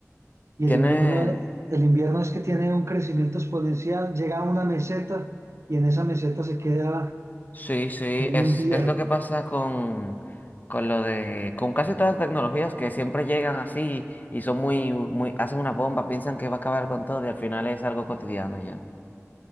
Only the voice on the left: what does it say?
Tiene,
Sí, sí,
es,
es lo que pasa con, con lo de, con casi todas las tecnologías que siempre llegan así y son muy, muy, hacen una bomba, piensan que va a acabar con todo y al final es algo cotidiano ya.